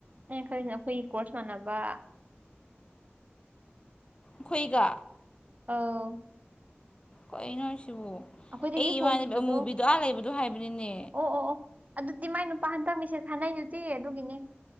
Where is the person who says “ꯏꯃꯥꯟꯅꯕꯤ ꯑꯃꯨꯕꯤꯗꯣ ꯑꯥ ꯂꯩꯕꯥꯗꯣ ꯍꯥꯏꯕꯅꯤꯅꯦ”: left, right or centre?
Left